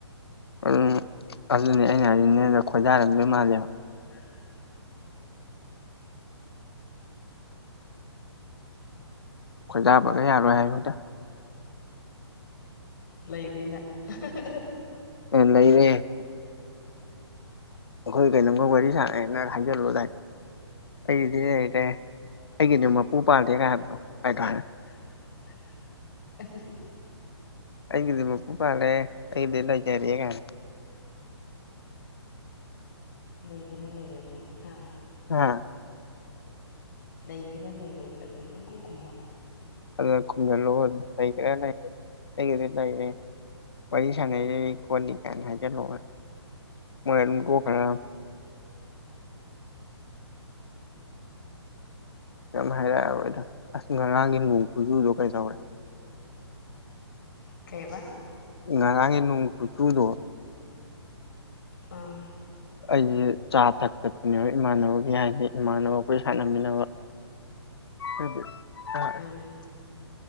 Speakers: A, on the left (about 60°); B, on the left (about 45°).
A: ꯎꯝ ꯑꯗꯨꯅꯦ ꯑꯩꯅ ꯍꯥꯏꯁꯤꯅꯦꯅ ꯈꯣꯏꯗꯥꯔꯝꯗ ꯃꯥꯜꯂꯦꯕ
B: ꯑ
A: ꯈꯣꯏꯗꯥꯕꯒ ꯌꯥꯔꯣꯏ ꯍꯥꯏꯕꯣꯏꯗ
B: ꯂꯩꯕꯅ <unintelligible>
A: ꯂꯩꯔꯦ ꯑꯩꯈꯣꯏ ꯀꯩꯅꯣꯝꯒ ꯋꯥꯔꯤ ꯁꯥꯟꯅꯦꯅ ꯍꯥꯏꯖꯜꯂꯨꯗꯥꯏ ꯑꯩꯗꯤ ꯂꯩꯔꯦ ꯑꯩꯒꯤꯗꯤ ꯃꯄꯨ ꯄꯥꯜꯗꯦꯒꯥꯏ ꯍꯥꯏꯕꯗꯣ ꯀꯥꯏꯗ ꯍꯥꯏꯔꯒꯦ
B: <unintelligible>
A: ꯑꯩꯒꯤꯗꯤ ꯃꯄꯨ ꯄꯥꯜꯂꯦ ꯑꯩꯗꯤ ꯂꯩꯖꯔꯦ ꯀꯥꯏꯅ
B: ꯂꯩꯒꯦꯔ ꯂꯩꯔꯣꯏꯗꯔ ꯍꯥꯥ
A: ꯎꯝ
B: ꯂꯩꯒꯦꯔ ꯂꯩꯔꯣꯏꯗ꯭ꯔꯥ ꯑꯗꯨꯝ ꯄꯡꯈꯨꯝ ꯈꯨꯝꯕ
A: ꯑꯗꯨ ꯈꯨꯝꯖꯤꯜꯂꯨ ꯑꯗꯨꯝ ꯂꯩꯒꯦꯔ ꯂꯩꯔꯣꯏꯔ ꯑꯩꯒꯤꯗꯤ ꯂꯩꯔꯦ ꯋꯥꯔꯤ ꯁꯥꯟꯅꯩꯁꯤ ꯑꯩꯅꯤ ꯀꯥꯏꯅ ꯍꯥꯏꯖꯜꯂꯣ ꯃꯣꯏ ꯑꯗꯨꯝ ꯇꯣꯛꯈꯔꯗꯃꯦ ꯀꯩꯝ ꯍꯥꯏꯔꯛꯑꯔꯣꯏꯗꯃꯦ ꯑꯁ ꯉꯔꯥꯡꯒꯤ ꯅꯣꯡ ꯈꯨꯆꯨꯗꯣ ꯀꯩꯗꯧꯔꯦ
B: ꯑꯣ ꯀꯩꯕ
A: ꯉꯔꯥꯡꯒꯤ ꯅꯣꯡ ꯀꯨꯆꯨꯗꯣ
B: ꯎꯝ
A: ꯑꯩꯁꯦ ꯆꯥ ꯊꯛ ꯆꯠꯄꯅꯦꯕ ꯏꯃꯥꯟꯅꯕꯒꯤ ꯍꯥꯏꯗꯤ ꯏꯃꯥꯟꯅꯕ ꯑꯩꯈꯣꯏ ꯁꯥꯟꯅꯃꯤꯟꯅꯕ ꯑꯗꯨꯗꯤ <unintelligible>
B: ꯎꯝ